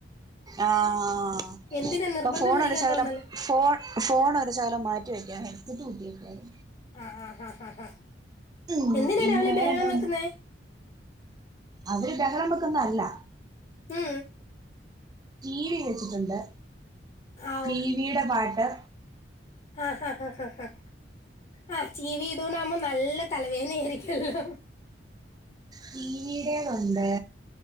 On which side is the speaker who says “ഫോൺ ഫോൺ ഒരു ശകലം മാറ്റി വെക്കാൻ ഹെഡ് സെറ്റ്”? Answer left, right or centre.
Right